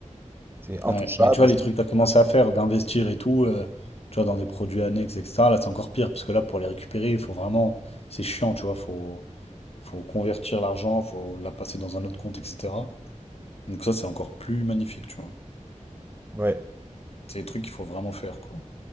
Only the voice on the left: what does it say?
Ouais. Et tu vois, les trucs que tu as commencé à faire, d'investir et tout, euh, tu vois, dans des produits annexes, etc. Là, c'est encore pire, parce que là, pour les récupérer, il faut vraiment. C'est chiant, tu vois. Faut, faut convertir l'argent, faut la passer dans un autre compte, etc. Donc, ça, c'est encore plus magnifique, tu vois.
C'est des trucs qu'il faut vraiment faire, quoi.